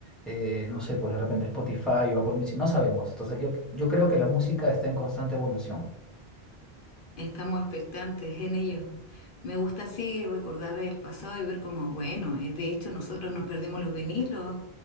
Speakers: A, in the centre; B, on the left.
A: eh, no sé, pues de repente Spotify o Apple Music, no sabemos. Entonces, yo, yo creo que la música está en constante evolución.
B: Estamos expectantes en ello. Me gusta así recordar el pasado y ver cómo, bueno, eh, de hecho nosotros nos perdimos los vinilos,